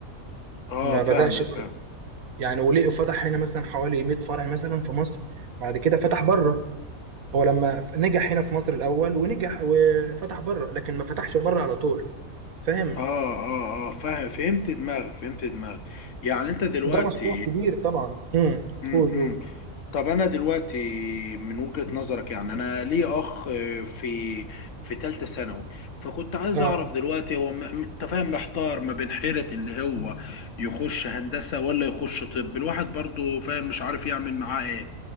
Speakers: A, on the left; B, on the right.
A: اه
B: ما
A: فاهمك
B: بدأش بره
A: فاهم
B: يعني وليه فتح هنا مثلا حوالي 100 فرع مثلا في مصر بعد كده فتح بره هو لما ف- نجح هنا في مصر الاول ونجح وفتح بره لكن ما فتحش بره على طول فاهم
A: اه اه اه فاهم فهمت دماغك فهمت دماغك يعني انت دلوقتي
B: وده مشروع كبير طبعا امم
A: امم
B: قول قول
A: طب انا دلوقتي من وجهة نظرك يعني انا لي اخ آه، في في ثالثه ثانوي فكنت عايز
B: اه
A: اعرف دلوقتي هو م- م- انت فاهم محتار ما بين حيرة اللي هو يخش هندسة ولا يخش طب الواحد برضو فاهم مش عارف يعمل معاه ايه